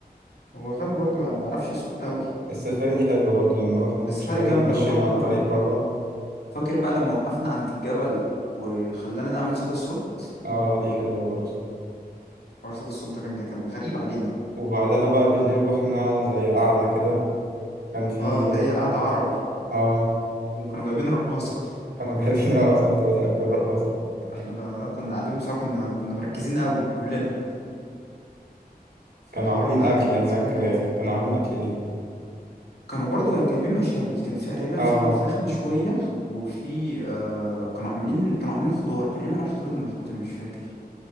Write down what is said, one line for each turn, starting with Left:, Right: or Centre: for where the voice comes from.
Left: هو غبي برضه يعني ما بيعرفش يسوق قوي
Right: السفاري دي حلوة برضه لما رحنا البيتش
Left: السفاري
Right: باجي
Left: جامده
Right: اتمشينا
Left: ورحنا
Right: على الطريق بره
Left: فاكر بقى لما وقفنا عند الجبل وخلانا نعمل صدى الصوت
Right: اه دي حلوة برضو
Left: حوار صدى الصوت ده كان كان غريب علينا
Right: وبعدها بقى بالليل روحنا زي قعدة كده كان في
Left: اه اللي هي قاعدة عربي
Right: اه
Left: وكانوا جايبين رقاصة
Right: كانوا جايبين <laughs> رقاصة انت بتحب الرقاصة
Left: <laughs> احنا بقى كنا قاعدين بس كنا كنا مركزين قوي كلنا فالحوار
Right: كانوا عاملين
Left: كده
Right: أكل
Left: كانت
Right: هناك
Left: سفرية جامدة
Right: آه، كانوا عاملين أكل ايه
Left: كانوا برضو جايبين مشاوي كان في تقريبا
Right: اه
Left: في فراخ مشوية وفي آه كانوا عاملين كانوا عاملين خضار كان ايه نوع الخضار اللي محطوط انا مش فاكر